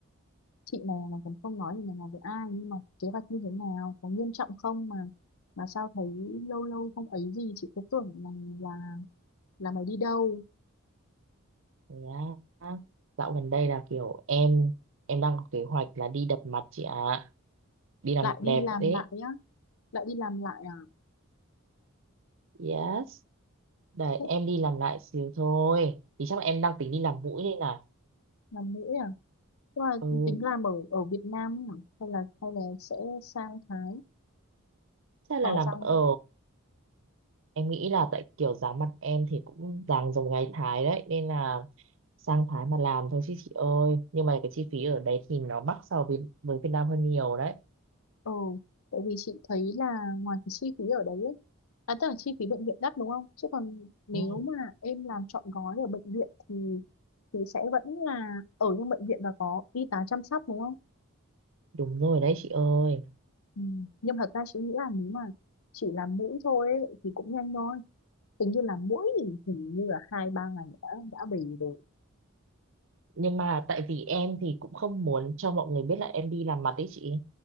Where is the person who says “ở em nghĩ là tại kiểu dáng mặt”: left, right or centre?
Right